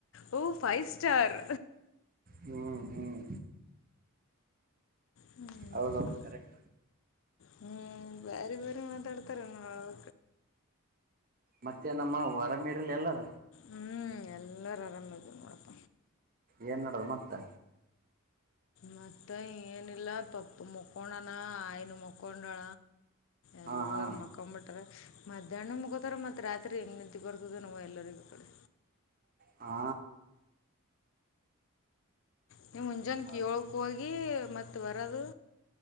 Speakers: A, on the left; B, on the right.
A: ಓ ಫೈವ್ ಸ್ಟಾರ್
B: ಹ್ಮ್ ಹ್ಮ್
A: ಹ್ಮ
B: ಹೌದೌದು ಕರೆಕ್ಟ್
A: ಹ್ಮ್ ಬಾರಿ ಬೇರು ಮಾತಾಡ್ತಾರೆನ್ನ ಅಳವ
B: ಮತ್ತೆ ನಮ್ಮ ಹೊರಮೀಡಲ್ ಎಲ್ಲಾರ
A: ಹ್ಮ್ ಎಲ್ಲಾರು ಆರಾಮದು ಮೂಡಪ್ಪ
B: ಏನ್ ನಡದು ಮತ್ತೆ
A: ಮತ್ತ ಏನಿಲ್ಲ ಪಪ್ಪ ಮಕೊಂಡಣ ಆಯನು ಮಕೊಂಡಳ ಎಲ್ಲಾರ
B: ಹಾ ಹಾ
A: ಮಕ್ಕೊಂಡ್ ಬಿಿಟಾರ ಮಧ್ಯಾಹ್ನ ಮುಗೋತಾರ ಮತ್ ರಾತ್ರಿ ಹೆಂಗ್ ನಿಂತಿ ಬರ್ ಅದೆೇ ನಮ್ಮ ಎಲ್ಲರಿಗೂ ಕಡೆ.
B: ಹಾ.
A: ನೀವು ಮುಂಜಾನೆ
B: ಹಾ
A: ಕಳ್ಕೋಗ. <unintelligible> ಮತ್ತೆ ಬರೋದು